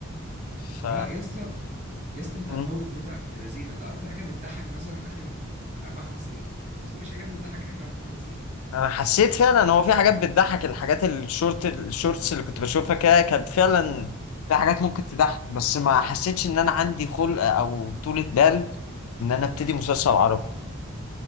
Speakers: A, on the left (about 75°); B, on the right (about 30°).
A: ف
B: اه يا اسطى يا اسطى انت
A: مم.
B: مفوت متعه بنت لذينه ده اكتر حاجه بتضحك مثلا اخر اربع خمس سنين عشان مفيش حاجات بتضحك اخر اربع خمس سنين
A: انا حسيت فعلا هو في حاجات بتضحك الحاجات الشورت الشورتس اللي كنت بشوفها كده كانت فعلا في حاجات ممكن تضحك بس ما حسيتش ان انا عندي خلق او طولة بال ان انا ابتدي مسلسل عربي